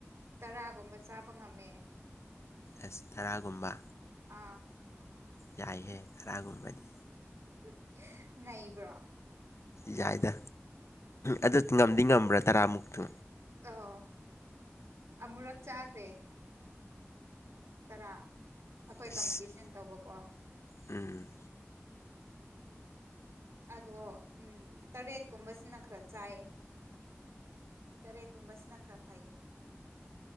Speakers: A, on the right; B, on the left.
A: ꯇꯔꯥꯒꯨꯝꯕ ꯆꯥꯕ ꯉꯝꯃꯦ
B: ꯑꯁ ꯇꯔꯥꯒꯨꯝꯕ
A: ꯑꯥ
B: ꯌꯥꯏꯍꯦ ꯈꯔꯥꯒꯨꯝꯕꯗꯤ
A: <unintelligible> ꯅꯩꯕ꯭ꯔꯣ
B: ꯌꯥꯏꯗ
A: ꯎꯝ
B: ꯑꯗꯨ ꯉꯝꯗꯤ ꯉꯝꯕ꯭ꯔꯥ ꯇꯔꯥꯃꯨꯛꯇꯨ
A: ꯑꯣ ꯑꯃꯨꯔꯛ ꯆꯥꯈ꯭ꯔꯦ ꯇꯔꯥ ꯑꯩꯈꯣꯏ
B: ꯏꯁ
A: ꯀꯝꯄꯤꯇꯤꯁꯟ ꯇꯧꯕꯀꯣ
B: ꯎꯝ
A: ꯑꯗꯣ ꯎꯝ ꯇꯔꯦꯠꯀꯨꯝꯕꯁꯤꯅ ꯈꯔ ꯆꯥꯏꯌꯦ ꯇꯔꯦꯠꯀꯨꯝꯕꯁꯤꯅ ꯈꯔ ꯐꯩꯌꯦ